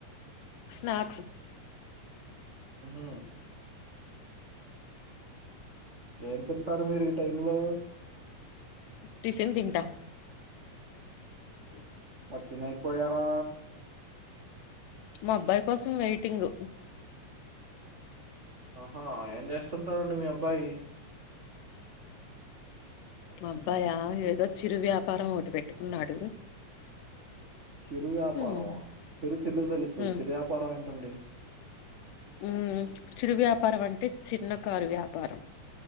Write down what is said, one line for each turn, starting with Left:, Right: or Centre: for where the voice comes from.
Left: స్నాక్స్
Right: ఉహు ఏం తింటారు మీరు ఈ టైమ్ లో
Left: టిఫెన్ తింటా. అ
Right: తినేకి పోయారా
Left: మా అబ్బాయి కోసం వెయిటింగ్
Right: ఆహా ఏం చేస్తుంటారండి మీ అబ్బాయి?
Left: అబ్బాయా ఏదో చిరు వ్యాపారం ఒకటి పెట్టుకున్నాడు.
Right: చిరు వ్యాపారమ
Left: హ్మ్
Right: చిరు తిండ్లు తెలుసు
Left: హ్మ్
Right: చిరు వ్యాపారం ఏంటండి?
Left: హ్మ్ చిరు వ్యాపారం అంటే చిన్న కారు వ్యాపారం.